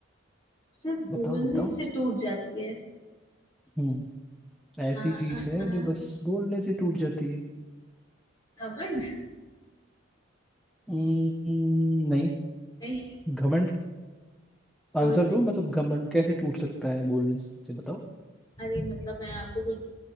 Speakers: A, on the left (about 20°); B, in the centre.
A: सिर्फ
B: बताओ
A: बोलने
B: बताओ
A: से टूट जाती है
B: हम्म ऐसी
A: आ
B: चीज
A: आ
B: है
A: आ
B: जो बस बोलने से टूट जाती है
A: घमंड
B: हम्म, नहीं
A: नहीं
B: घमंड
A: बोल
B: आंसर दो मतलब घमंड कैसे टूट सकता है बोलने से बताओ
A: अरे मतलब मैं आपको कुछ